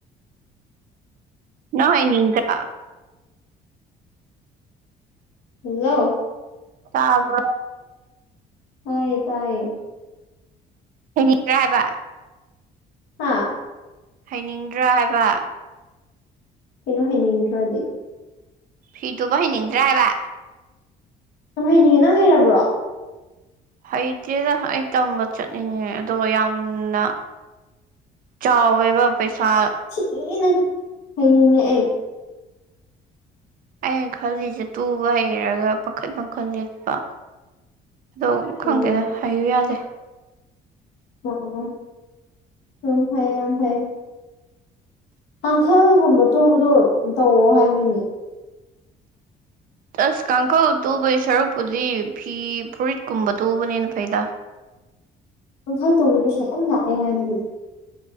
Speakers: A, on the right; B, on the left.
A: ꯅꯣꯏ ꯅꯤꯡꯅꯤ꯭ꯔ
B: ꯍꯜꯂꯣ
A: ꯇꯥꯕ
B: ꯍꯥꯏꯌꯦ ꯇꯌꯦ
A: ꯍꯩꯈꯤꯗ꯭ꯔꯥ ꯍꯥꯏꯕ
B: ꯍꯥ
A: ꯍꯩꯅꯤꯡꯗ꯭ꯔꯥ ꯍꯥꯏꯕ
B: ꯀꯩꯅꯣ ꯍꯩꯅꯤꯡꯗ꯭ꯔꯣꯗꯤ
A: ꯐꯤꯇꯨꯕ ꯍꯩꯅꯤꯡꯗ꯭ꯔꯥ ꯍꯥꯏꯕ
B: ꯌꯥꯝ ꯍꯩꯅꯤꯡꯉꯦ ꯅꯪ ꯍꯩꯔꯕ꯭ꯔꯣ
A: ꯍꯩꯇꯦꯗ ꯑꯩ ꯇꯝꯕ ꯆꯠꯅꯤꯡꯉꯦ ꯑꯗꯨꯒ ꯌꯥꯝꯅ ꯆꯥꯎꯋꯦ ꯑꯗꯨꯒ ꯄꯩꯁꯥ
B: ꯌꯥꯝ ꯊꯤꯅ ꯍꯩꯅꯤꯡꯉꯦ ꯑꯩ
A: ꯑꯩꯅ ꯈꯜꯂꯤꯁꯦ ꯇꯨꯕ ꯍꯩꯔꯒ ꯄꯥꯈꯠ ꯃꯈꯈꯜ ꯂꯤꯠꯄ ꯑꯗꯣ
B: ꯑꯣ
A: ꯈꯪꯗꯦꯗ ꯍꯩꯌꯨ ꯌꯥꯗꯦ
B: ꯑꯣ <unintelligible> ꯁꯝ ꯐꯥꯏ ꯌꯥꯝ ꯐꯥꯏ ꯀꯥꯡꯈꯜꯒꯨꯝꯕ ꯇꯨꯕꯗꯣ ꯇꯧꯑꯣ ꯍꯥꯏꯃꯤꯅꯤ
A: ꯑꯁ ꯀꯥꯡꯈꯜ ꯇꯨꯕꯒꯤ ꯁꯔꯨꯛꯄꯨꯗꯤ ꯐꯤ ꯐꯨꯔꯤꯠꯀꯨꯝꯕ ꯇꯨꯕꯅꯦꯅ ꯐꯩꯗ
B: <unintelligible> ꯄꯨꯟꯁꯤ ꯇꯨꯕꯁꯦ ꯄꯩꯁꯥ ꯌꯥꯝ ꯂꯛ ꯑꯦ ꯍꯥꯏꯕꯅꯤꯅꯦ